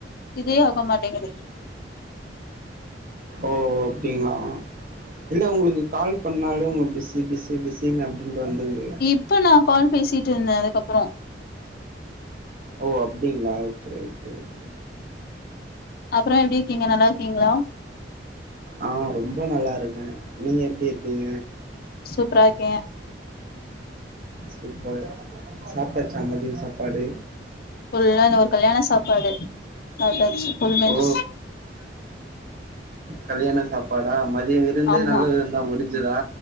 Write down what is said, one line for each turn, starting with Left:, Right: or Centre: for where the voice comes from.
Left: இதே ஆகமாட்டேங்கிது
Right: ஓ அப்டிங்ளா இல்ல உங்களுக்கு கால் பண்ணாலே உங்க பிஸி பிஸி பிஸன் அப்டின்தா வந்திந்ததே
Left: இப்ப நா கால் பேசிட்டு இருந்தே அதுக்கப்றோ
Right: ஓ அப்டிங்களா ஓகே ஓகே ஓகே
Left: அப்புற எப்டி இருக்கீங்க நல்லா இருக்கீங்ளா
Right: ஆஹ் ரொம்ப நல்லா இருக்கே நீங்க எப்டி இருக்கீங்க
Left: சூப்ராருக்கே
Right: சூப்பர் சாப்ட்டாச்ச மதியோ சாப்பாடு
Left: இல்னா இந்த ஒரு கல்யாணோ கல்யாண சாப்பாடு சாப்ட்டாச்சு ஃபுல் மீல்ஸ்
Right: ஓ கல்யாண சாப்பாடா மதிய விருந்தே
Left: ஆமா
Right: நல்ல விருந்தா முடிஞ்சதா